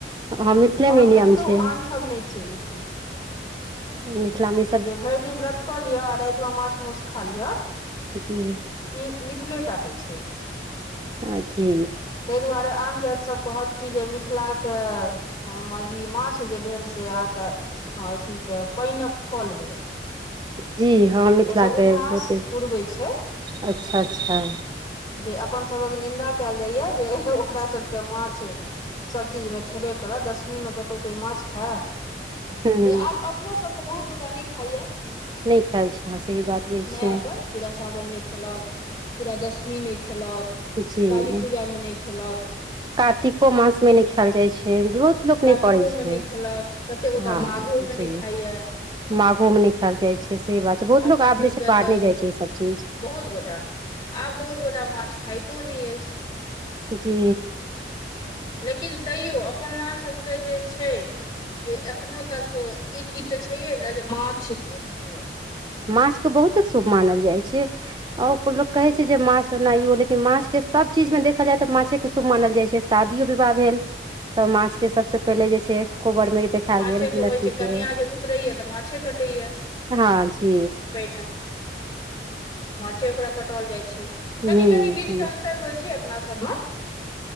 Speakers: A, on the right (about 25°); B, on the left (about 25°).
A: हँ मिथिलेमे
B: आओर
A: नियम
B: कतहु
A: छै
B: आनठाम नय छै ई चीज
A: मिथिला मे
B: जे भैर दिन व्रत कऽ लिअ आ राइतमे माछ माउस खा लिअ
A: जी
B: ई मिथिलेटा केँ छै
A: आ जी
B: तैय दुआरे आन जाइत सभ कहत कि जे मिथिला कऽ हम ई माछ जे भेल से अहाँ कऽ अथी कऽ पाइनक फल भेल
A: जी हँ मिथिला
B: ओसभ
A: केँ
B: उपहास
A: बहुते
B: उड़बै छै
A: अच्छऽ -अच्छऽ
B: जे अपन सभक निन्दा कैल जाइय जे ओकरा सभ केँ माछ सब चीज मे खेबे करत दसमीमे कतहु कोइ माछ खाय
A: हूँ हूँ
B: हे आब अपनो सभ केँ बहुत गोटा नय खाइ यऽ
A: नहि खाइ छै अहाँ सही बात कहै छियै
B: नया पर पूरा सावन नय खेलक पूरा दशमी नय खेलक
A: जी
B: काली पूजामे नहि खेलक
A: कातिको मास मे नय खैल जाइ छै बहुत लोक
B: कातिकोमे
A: नय करै छै
B: नहि खेलक कते गोटा
A: हँ
B: माघोमे नहि
A: जी
B: खाइए
A: माघो मे नय खैल जाइ छै सही बात छै बहुत
B: अपना
A: लोक आब
B: सबके
A: जे छै बारने
B: तऽ
A: जाइ छै ई सब चीज
B: बहुत गोटा आब बहुत गोटा माछ खाइतो नय अछि
A: जी
B: लेकिन तैयो अपना सभ केँ जे छै जे एखनो तक ई चीज तऽ छैहे नऽ जे माछ शुभ भेल
A: माछ कऽ बहुतेक शुभ मानल जाइ छै आओर लोग कहे छै जे माछ एनाइयो लेकिन माछ केँ सब चीज मे देखल जाय तऽ माछे केँ शुभ मानल जाइ छै शादियो विवाह भेल तऽ माछ केँ सबसे पहिले जे छै कोबर मे देखायल
B: माछेके
A: गेल
B: होइ
A: लड़की
B: छै
A: केँ
B: कनिया जे उतरैया तऽ माछे कटैया
A: हँ जी
B: पहिने माछे ओकरा कटाउल जाइ छै
A: हूँ
B: कनि कनि बीध
A: जी
B: केँ अन्तर होइ छै अपना सब मऽ